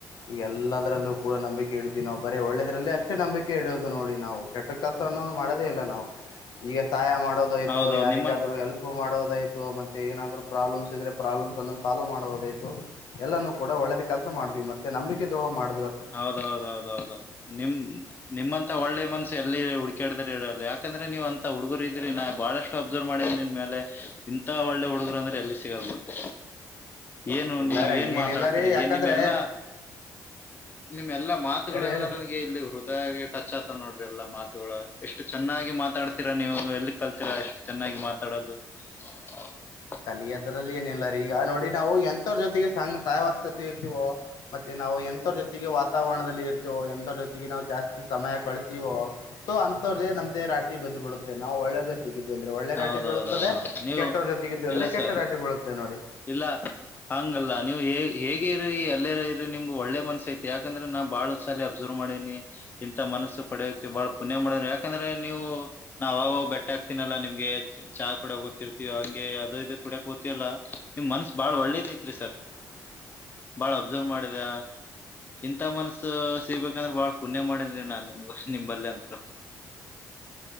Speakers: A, on the left; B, on the left.
A: ಈ ಎಲ್ಲದರಲ್ಲೂ ಕೂಡ ನಂಬಿಕೆ ಇಡಿದ್ವಿ ನಾ್ ಬರೀ ಒಳ್ಳೇದ್ರಲ್ಲಿ ಅಷ್ಟೇ ನಂಬಿಕೆ ಇಡೋದು ನೋಡಿ ನಾವು ಕೆಟ್ಟ ಕೆಲಸ ಮಾಡದೇ ಇಲ್ಲ ನಾವು ಈಗ ಸಹಾಯ ಮಾಡ ೋದಾಯ್ತು
B: ಹೌದೌದು
A: ಯಾರಿಗಾದ್ೂ
B: ನಿಮ್ಮಂತ
A: ಹೆಲ್ಪ್ ಮಾಡೋದಾಯ್ತು ಮತ್ತೆ ಏನಾದ್ೂ ಪ್ರಾಬ್ಲಮ್ಸ್ ಪ್ರಾಬ್ಲಮ್ಸ್ನ್ನು ಸಾಲ್ವ್ ಮಾಡೋುದು ಎಲ್ಲಾನೂ ಕೂಡ ಒಳ್ಳೆದ ಕೆಲಸ ಮಾಡಿದ್ವಿ ಮತ್ತೆ ನಂಬಿಕೆ ದ್ರೋಹ ಮಾಡ
B: ಹೌದೌದೌದೌದೌದು ನಿಮ ನಿಮ್ಮಂತ ಒೆ ಮಸ ಎಲ್ಲಿ ಹುಕಾಡಿದಾರೆ ಹೇಳಲ್ಲ ಯಾಕಂದ್ರೆ ನೀವು ಅಂತ ಹುಗರು ಇದ್ರ ನಾ ಬಹಳಷ್ಟು ಅಬ್ಸರ್ವ್ ಮಾಡಿದ ನಿನ್ ಮೇಲೆ ಇಂತ ಒಳ್ಳೆ ಹುಡುಗರು ಅಂದ್ರೆ ಎಲ್ಲಿ ಸಿಗಲ್ ಬಿಟ್ಟು ಏನು
A: ಇಲ್ಲ
B: ನೀವ
A: ರೀ ಹಂಗೇನಿಲ್ಲ
B: ಏನ್ ಮಾತಾಟ್ರಿ
A: ರೀ ಯಾಕಂದ್ರೆ
B: ಏನ್ ನಿಮ್ಮ ಎಲ್ಲಾ ನಿಮ್ ಎಲ್ಲಾ ಮಾತುಗಳೆಲ್ಲಾ
A: ಹೇಳಿ ಹೇಳಿ
B: ನನಗೆ ಇಲ್ಲಿ ಹೃದಯ ಟಚ್ ಆತ ನೋಡ ಎಲ್ಲಾ ಮಾತುಗಳ ಎಷ್ಟು ಚೆನ್ನಾಗಿ ಮಾತಾಡ್ತೀರಾ ನೀವು ಎಲ್ಲಿ ಕಲ್ತಿೀರಾ ಎಷ್ಟು ಚೆನ್ನಾಗಿ ಮಾತಾಡೋದು <unintelligible>
A: ಕಲಿಯೋದ್ರಲ್ಲಿ ಏನ ಇಿಲ್ಲ ಈಗ ನೋಡಿ ನಾವು ಎಂಂತವರ್ ಜೊತೆಗೆ ಸಂ್ ಸಹವಸ್ತೊತೆ ಇರ್ತೀವೋ ಮತ್ತೆ ನಾವು ಎಂ ಜೊತೆಗೆ ವಾತಾವರಣದಲ್ಲಿ ಇರ್ತೀವೋ ಎಂತ ಜೊತೆಗೆ ನಾವು ಜಾಸ್ತಿ ಸಮಯ ಕಳತೀವೋ ಸೊ ಅ ಮತ್ತ್ರೇ ನಮ್ದೇ ರಾಟ ಬದ್ ಬಿಿುತ್ತೆ ನಾವು ಒಳ್ಳೆ ಜೊತೆಗ ಇದೀವಿ ಅಂದ್ರೆ ಒಳ್ಳೆ ರಾಟಿ
B: ಹೌದೌದೌದೌದು
A: ಬೀಳದೆ
B: ನೀವು
A: ಕೆಟ್ಟವ್ರ ಜೊತೆ ಂದ್ರೆ
B: ಇಲ್ಲ
A: ಕೆಟ್ಟ
B: ಸರ್
A: ರಾತ್ರಿ ಬೀಳುತ್ತೆ ನೋಡಿ
B: ಇಲ್ಲ ಹಂಗಲ್ಲ ನೀವು ಹೇಗೆ ಇರ್ರಿ ಎಲ್ಲ ಇರ್ರಿ ನಿಮ್ಗೆ ಒಳ್ಳೆ ಮನಸ ಐತ್ ಯಾಕಂದ್ರೆ ನಾ ಬಾಳ ಸಾರಿ ಅಬ್ಸರ್ವ್ ಮಾಡೇನಿ ಇಂತ ಮನಸ್ಸು ಪಡೆಯೋಕ್ಕೆ ಬಹಳ ಪುಣ್ಯ ಮಾಡ ಯಾಕಂದ್ರೆ ನೀವು ನಾವವು ಆ ಬೆಟ್ಟ ಹ ಆಗ್ತೀನಲ್ಲ ನಿಮ್ಗೆ ಗೆ ಚಹ ಕೂಡಕ್ ತಿರ್ತಿವ ಹಂಗೆ ಅದ ಇ ಕುಡಕ್ ತವಲ್ಲ ನಿಮ್ ಮನ್ಸ್ ಬಾಳ್ ಒಳ್ಳೇದ ಐತ್ರಿ ಸರ್
A: ಹ
B: ಬಾಳ ಅಬ್ಸರ್ವ್ ಮಾಡಿದ ಇಂಥ ಮನ್ಸ ಸಿಗ್ಬೇಕಂದ್ರೆ ಬಾಳ್ ಪುಣ್ಯ ಮಾಡಿದ್ರಿ ನಾನ್ ನಿಮ್ಗ ನಿಂಬಲ್ಲಿ ಅಂತರು